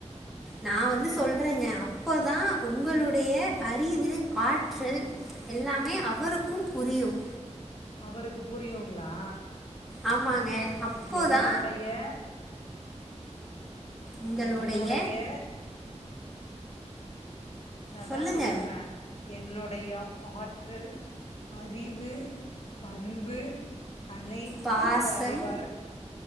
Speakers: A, in the centre; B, on the left.
A: நான் வந்து சொல்றேங்க அப்பதா உங்களுடைய அறிவு, ஆற்றல் எல்லாமே அவருக்கும் புரியும்.
B: அவருக்கு புரியுங்களா.
A: ஆமாங்க. அப்போதா
B: என்னோடைய.
A: உங்களுடைய
B: என்னோடைய. அதான்
A: சொல்லுங்க
B: சொல்றன் என்னோடைய ஆற்றல் அறிவு பண்பு அனைத்தும்
A: பாசம்
B: அவர் அறிவார்